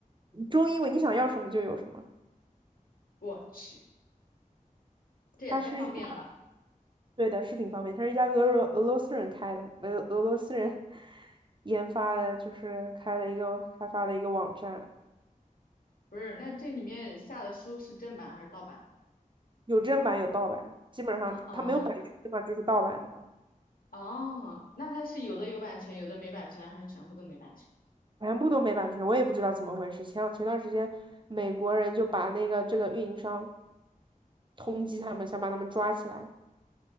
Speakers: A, on the right; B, on the left.
A: 中英文你想要什么就有什么。
B: 我去，这也太方便了吧！
A: 它是一家，对的，是挺方便。它是一家俄罗俄罗斯人开的，呃，俄罗斯人 <laughs> 研发的，就是开了一个开发了一个网站，
B: 不是，那这里面下的书是正版还是盗版？
A: 有正版有盗版，基本上它没有版权的嘛，
B: <laughs> 啊
A: 就是盗版的嘛，
B: 哦，那它是有的有版权，有的没版权，还是全部都没版权？
A: 全部都没版权，我也不知道怎么回事。前两前段时间，美国人就把那个这个运营商通缉他们，想把他们抓起来，